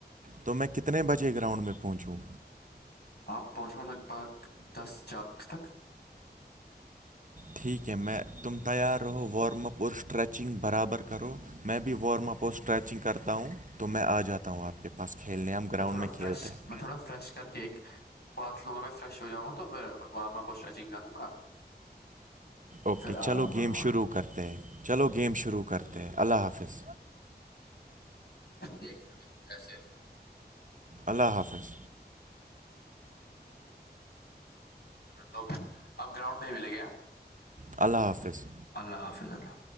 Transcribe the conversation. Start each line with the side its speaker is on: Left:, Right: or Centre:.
Right: تو میں کتنے بجے گراؤنڈ میں پہنچوں
Left: آپ پہنچو لگ بھگ دس چالیس تک
Right: ٹھیک ہے میں تم تیار رہو وارم اپ اور اسٹریچنگ برابر کرو میں بھی وارم اپ اور اسٹریچنگ کرتا ہوں تو میں آ جاتا ہم آپ کے پاس کھیلنے ہم گراؤنڈ
Left: تھوڑا
Right: میں
Left: فریش
Right: کھیلتے ہیں
Left: میں تھوڑا فریش کر کے ایک باتھ روم ا میں فریش ہو جاؤ گا تو پھر وارم اپ اور اسٹریچنگ کروں گا
Right: اوکے
Left: پھر
Right: چلو
Left: ا رہا ہوں میں
Right: گیم
Left: لوٹ
Right: شروع
Left: پے
Right: کرتے ہیں چلو گیم شروع کرتے ہیں اللہ حافظ
Left: ایک منٹ ایک منٹ ایسے ہےنا
Right: اللہ حافظ
Left: مطلب اب گراؤنڈ میں ہی ملے گیا
Right: اللہ حافظ
Left: اللہ حافظ اللہ